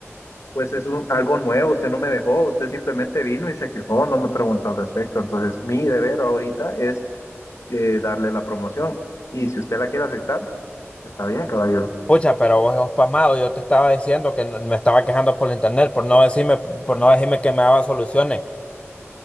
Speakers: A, on the left (about 85°); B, on the left (about 25°).
A: Pues es un- algo nuevo, usted no me dejó, usted simplemente vino y se quejó, no me preguntó al respecto. Entonces, mi deber ahorita es eh, darle la promoción y si usted la quiere aceptar, está bien, caballero.
B: Pucha, pero vos sos pasmado, yo te estaba diciendo que no- me estaba quejando por el internet, por no decirme, por no decirme que me daban soluciones.